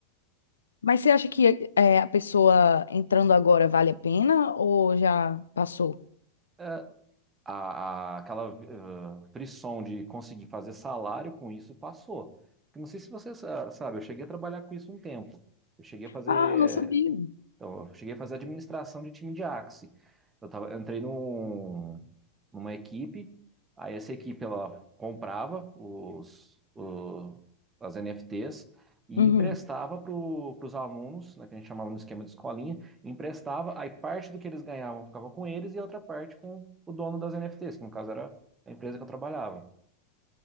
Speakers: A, on the left (about 75°); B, on the right (about 20°).
A: Mas você acha que é, a pessoa entrando agora vale a pena ou já passou?
B: Ah, A, a- aquela ah, frição de conseguir fazer salário com isso passou. Eu Não sei se você sa- sabe, eu cheguei a trabalhar com isso um tempo. Eu cheguei a fazer
A: Ah, não sabia.
B: Então, eu cheguei a fazer administração de time de Axie. Eu tava, eu entrei num, numa equipe, aí essa equipe ela comprava os, o- as NFTs e
A: Uhum.
B: emprestava para os alunos, né, que a gente chamava no esquema de escolinha, emprestava, aí parte do que eles ganhavam ficava com eles e a outra parte com o dono das NFTs, que no caso era a empresa que eu trabalhava.